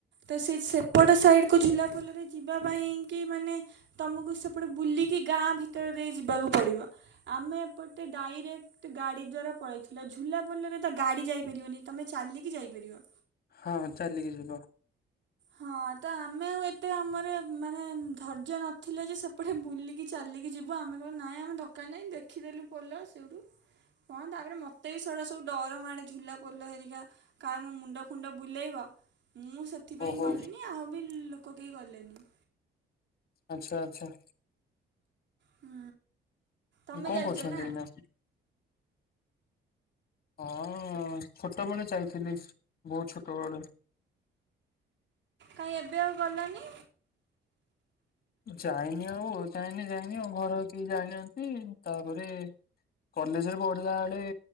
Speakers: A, on the right; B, on the left.
A: ତ ସେ ସେପଟ ସାଇଡ କୁ ଝୁଲାପୋଲରେ ଯିବା ପାଇଁ କି ମାନେ ତମକୁ ସେପଟେ ବୁଲିକି ଗାଁ ଭିତରେ ଦେଇ ଯିବାକୁ ପଡିବ ଆମେ ଏପଟେ ଡାଇରେକ୍ଟ ଗାଡି ଦ୍ଵାରା ପଳେଇ ଥିଲ ଝୁଲା ପୋଲରେ ତ ଗାଡ଼ି ଯାଇପାରିବନି ତମେ ଚାଲିକି ଯାଇପାରିବ।
B: ହଁ ଚାଲିକି ଯିବ।
A: ହଁ ତ ଆମ ଆମେ ଆଉ ଏତେ ଆମର ମାନେ ଧୈର୍ଯ୍ୟ ନଥିଲେ ଯେ ସେପଟେ ବୁଲିକି ଚାଲିକି ଯିବୁ ଆମେ କହିଲୁ ନାଇଁ ଆମ ଦୋକାନ ନାହିଁ ଦେଖିଦେଲୁ ପୋଲ ସେଇଠୁ କଣ ତାପରେ ମୋତେ ବି ସେଡ଼ା ସବୁ ଡର ମାଡ଼େ ଝୁଲା ପଲ ହେରଗା। କାୟମମ ମୁଣ୍ଡ ଣ୍ଡ ବୁଲେଇବ ମୁଁ ସେ ପାଇଁ
B: ଓହୋ
A: ଗଲିଣିି ଆଉ ବି ଲୋକ କେହି ଗଲେ କିଲନି?
B: ଆଚ୍ଛା ଆଚ୍ଛା।
A: ହୁଁ। ତମେ
B: କଣ
A: ଯାଇଛ
B: କରୁଛନ୍ତି
A: ନା
B: ଏଇନା? ହଁ ଛୋଟବେଳେ ଯାଇଥିଲି ବହୁତ ଛୋଟବେଳେ।
A: କାଇଁ ଏବେ ଆଉ ଗଲନି?
B: ଯାଇନି ଆଉ ଯାଇନି ଯାଇନି ଆଉ ଘର କେହି ଯାଇନାହାନ୍ତି ତାପରେ କଲେଜରେ ପଢିଲା ବେଳେ